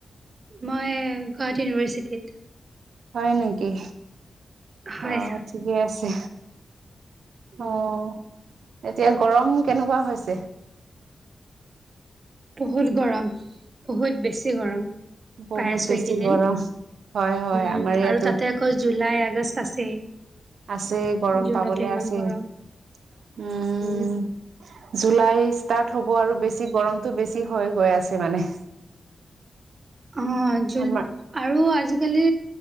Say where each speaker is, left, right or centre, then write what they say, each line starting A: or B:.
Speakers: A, on the right; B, on the right.
A: মই গুৱাহাটী ইউনিভাৰ্চিটিত।
B: হয় নেকি,
A: হয়
B: অ' ঠিকে আছে।
A: উম
B: অ' এতিয়া গৰম কেনেকুৱা হৈছে।
A: বহুত গৰম বহুত বেছি গৰম।
B: বহুত
A: পাই আছো
B: বেছি
A: এইকেইদিন
B: গৰম হয় হয়
A: উম
B: আমাৰ ইয়াতো
A: আৰু তাতে আকৌ জুুলাই, আগষ্ট আছেই।
B: আছে গৰম
A: জুনতো
B: পাবলৈ
A: ইমান
B: আছে
A: গৰম
B: উম'।
A: উম
B: জুলাই ষ্টাৰ্ট হ'ব আৰু বেছি গৰমতটো বেছি হৈ গৈ আছে মানে
A: অ' জোল
B: আমাৰ
A: আৰু আজিকালি